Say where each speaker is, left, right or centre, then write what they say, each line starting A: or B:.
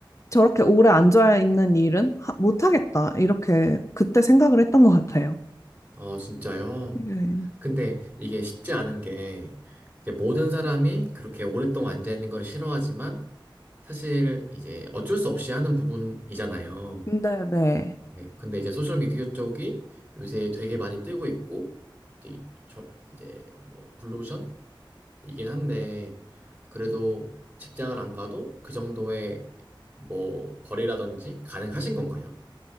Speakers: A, on the left; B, on the right.
A: 저렇게 오래 앉아 있는 일은 하- 못하겠다. 이렇게 그때 생각을 했던 것 같아요.
B: 어, 진짜요?
A: 네.
B: 근데 이게 쉽지 않은 게, 이제 모든 사람이 그렇게 오랫동안 앉아있는 걸 싫어하지만, 사실 이제 어쩔 수 없이 하는 부분이잖아요.
A: 네, 네.
B: 네. 근데 이제 소셜미디어 쪽이 요새 되게 많이 뜨고 있고, 이제, 저, 이제 뭐, 블루오션이긴 한데, 그래도 직장을 안 가도 그 정도의 뭐, 벌이라든지 가능하신 건가요?